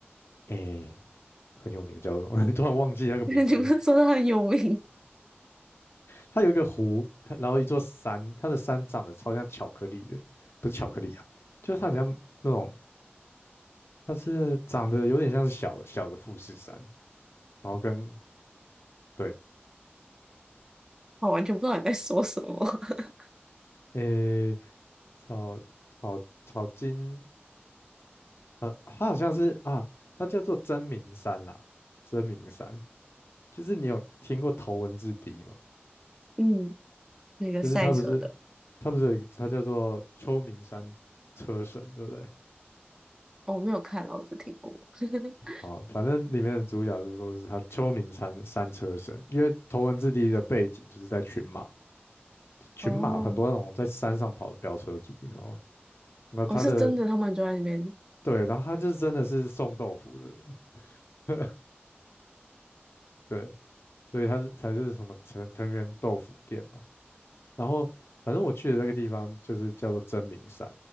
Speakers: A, on the left; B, on the right.
A: 诶，很有名的叫做什么？<laughs> 突然忘记那个名字。
B: <laughs> 你不是说它很有名？
A: 它有一个湖，它然后一座山，它的山长得超像巧克力的，不是巧克力啊，就是它很像那种，它是长得有点像是小小的富士山，然后跟对，
B: 我完全不知道你在说什么。<laughs>
A: 诶、草草草金，呃，它好像是啊，它叫做真名山啦，真名山，就是你有听过头文字 D 吗？
B: 嗯，那个赛车的，
A: 就是它不是，它不是有一个，它叫做秋名山车神，对不对？
B: 哦我没有看啊，我只听过。<laughs>
A: 好，反正里面的主角是说是他秋名山山车神，因为头文字 D 的背景就是在群马，群马很多那种在山上跑的飙车族，
B: 哦，
A: 你知道吗？那他的
B: 我是真的，他们就在那边。
A: 对，然后他就是真的是送豆腐的人，<laughs> 对，所以他是才是什么藤藤原豆腐店嘛。然后反正我去的那个地方就是叫做真名山，